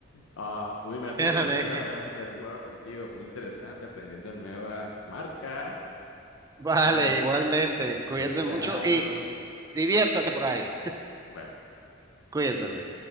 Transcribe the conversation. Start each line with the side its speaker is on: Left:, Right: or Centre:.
Left: ah, Will, me ha sido
Right: te
Left: un
Right: gané.
Left: placer <laughs> haber, haber jugado contigo, muy interesante, aprendiendo nuevas marcas.
Right: Vale,
Left: Pero bueno,
Right: igualmente. Cuídense
Left: te voy dejando.
Right: mucho y diviértase por ahí.
Left: Nos vemos.
Right: <laughs> Cuídense. pues.